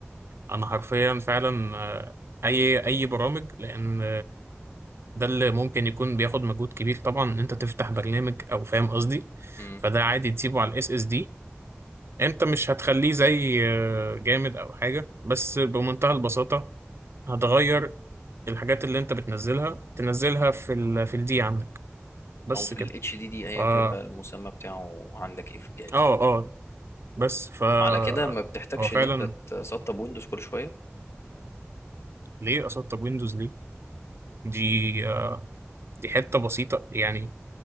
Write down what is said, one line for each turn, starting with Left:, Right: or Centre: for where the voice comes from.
Right: أنا حرفيا فعلا آه، أي أي برامج لأن ده اللي ممكن يكون بياخد مجهود كبير طبعا ان انت تفتح برنامج او فاهم قصدي
Left: مم.
Right: فده عادي تسيبه على الاس اس دي انت مش هتخليه زي آه، جامد او حاجه بس بمنتهى البساطه هتغير الحاجات اللي انت بتنزلها تنزلها في ال في الدي عندك بس
Left: او في
Right: كده
Left: الاتش دي دي
Right: فا
Left: ايا كان بقى المسمى بتاعه عندك ايه في الجهاز
Right: اه اه بس فا
Left: وعلى كده ما بتحتاجش
Right: هو فعلا
Left: ان انت تسطب ويندوز كل شويه
Right: ليه اسطب ويندوز ليه دي آه، دي حته بسيطه يعني